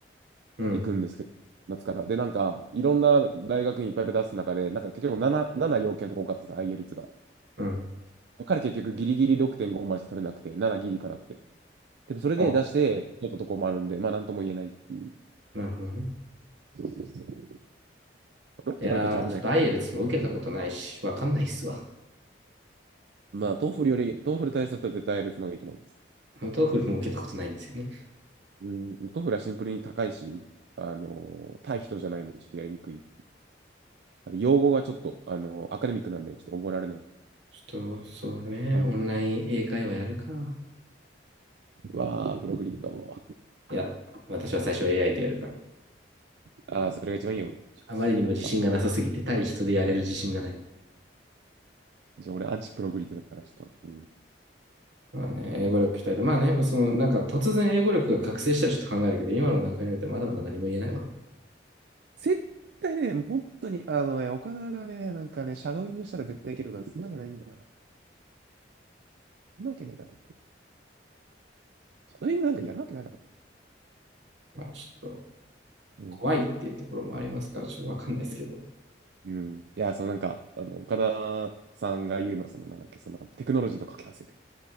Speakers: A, on the right; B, on the right.
A: うん。
B: 行くんですけど、夏から。で、なんか、いろんな大学にいっぱいいっぱい出す中で、なんか結局7、7要件とか多かったです、IELTS が。
A: うん。
B: だから結局ギリギリ6.5までしか取れなくて、7ギリいかなくて。で、もそれで出して、
A: お、
B: 取ったとこもあるんで、まあなんとも言えないっていう。
A: なるほどね。
B: そうそうそう。6とかだったらちょっと危ない。
A: いやー、ちょっとアイエルツも受けたことないし、わかんないっすわ。
B: まあ、トーフルより、トーフル対策だったら絶対やるのがいいと思います。
A: <laughs> トーフルも受けたことないんですよね。
B: うん、トーフルはシンプルに高いし、あの、対人じゃないんで、ちょっとやりにくい。あの用語がちょっと、あの、アカデミックなんで、ちょっと覚えられない。
A: ちょっと、そうね、
B: あの
A: オンライン英会話やるか。
B: うわー、プログリッド。
A: いや、私は最初 AI とやるから。
B: あー、それが一番いいよ。
A: あまりにも自信がなさすぎて、
B: あ
A: 対人でやれる自信がない。
B: じゃあ俺、アンチプログリッドだから、ちょっと。うん
A: まあね、英語力鍛えて、まあね、その、なんか突然英語力が覚醒したらちょっと考えるけど、今の段階においてはまだまだ何も言えないわ。
B: 絶対ね、もう本当に、あのね、岡田がね、なんかね、シャドーイングしたら絶対いけるから、そんなわけないんだな。そんなわけねえだろって。シャドーイングなんかやるわけないだろ。
A: まあちょっと、
B: うん。
A: 怖いっていうところもありますから、ちょっとわかんないですけど。
B: うん、いや、そのなんか、あの、岡田さんが言うのは、その、なんだっけ、その、テクノロジーと掛け合わせて、